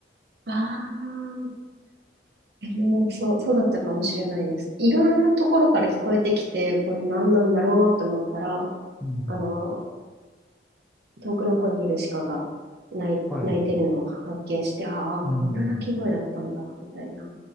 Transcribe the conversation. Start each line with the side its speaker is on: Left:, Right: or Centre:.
Right: ああ、でもそう、そうだったかもしれないです。いろんなところから聞こえてきて、これ何なんだろうと思ったら、
Centre: うん。
Right: あの、遠くの方にいる鹿が泣い、
Centre: はい。
Right: 泣いてるのを発見して、ああ、
Centre: うん。
Right: こんな鳴き声だったんだ、みたいな、